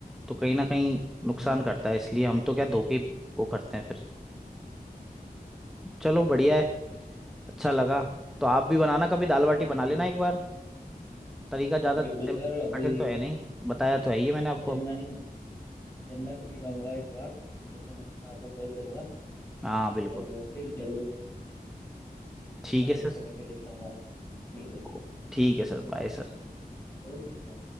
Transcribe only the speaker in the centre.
तो कहीं ना कहीं
नुकसान
करता है इसलिए हम तो क्या धोके ही वो करते हैं फिर चलो बढ़िया है अच्छा लगा तो आप भी बनाना कभी दाल बाटी बना
लेना एक बार तरीका ज़्यादा
सिंपल
कठिन तो है नहीं बताया तो है ही है मैंने आपको
हाँ बिल्कुल
ठीक
है सर
ओके ठीक है सर बाय सर